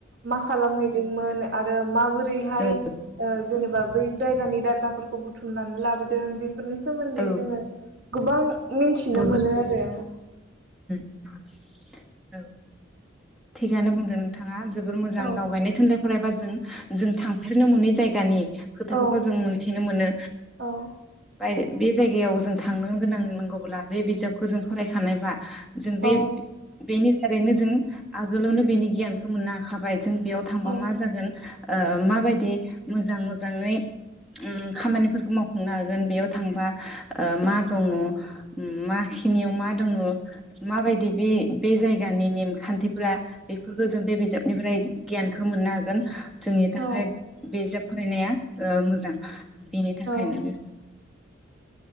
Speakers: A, on the right (about 60°); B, in the centre.
A: मा खालामहैदोंमोन आरो मा बोरैहाय
B: ओ
A: ओ जेनेबा बै जायगानि डाटाफोरखौ बुथुमनानै लाबोदों बे बेफोरनि सोमोन्दै
B: औ
A: जोङो गोबां मिथिनो
B: बहुद
A: मोनो आरो
B: <inaudible> औ थिगानो बुंदों नोंथां ना जोबोर मोजां
A: औ
B: दावबायनो थोनलाय फरायबा जों जों थांफेरनो मोनै जायगानि खोथाखौबो
A: औ
B: जों मोनथिनो मोनो
A: औ
B: बाय बे जायगायाव जों थांनो गोनां नांगौ अब्ला बे बिजाबखौ जों फरायखानायबा जों
A: औ
B: बे बेनि दारैनो जों आगोलावनो बेनि गियानखौ मोननो हाखाबाय जों बेयाव थांबा
A: औ
B: मा जागोन माबायदि मोजां मोजाङै खामानिफोरखौ मावफुंनो हागोन बेयाव थांबा मा दंङ माखिनियाव मा दङ माबायदि बे बे जायगानि नेमखान्थिफोरा बेफोरखौ जों बे बिजाबनिफ्राय गियानखौ मोननो हागोन जोंनि
A: औ
B: थाखाय बेजाब फरायनाया मोजां बेनि थाखायनो
A: औ
B: बो